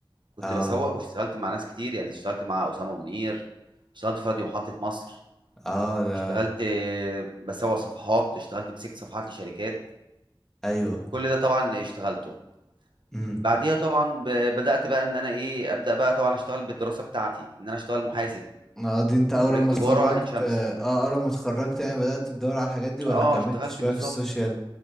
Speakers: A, on the right; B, in the centre.
A: كنت
B: اه
A: بسوق واشتغلت مع ناس كتير يعني اشتغلت مع اسامه منير اشتغلت في راديو محطه مصر
B: اه ده
A: اشتغلت بسوق صفحات اشتغلت مسكت صفحات لشركات
B: ايوه
A: كل ده طبعا اشتغلته
B: امم
A: بعديها طبعا ب- بدات بقى ان انا ايه ابدا بقى طبعا اشتغل بالدراسه بتاعتي ان انا اشتغل محاسب
B: اه دي انت اول
A: انا خريج
B: ما
A: تجاره
B: اتخرجت
A: عين شمس
B: اه اول ما اتخرجت يعني بدأت تدور على الحاجات دي ولا
A: اه
B: كملت
A: اشتغلت
B: شوية
A: بالظبط
B: في السوشيال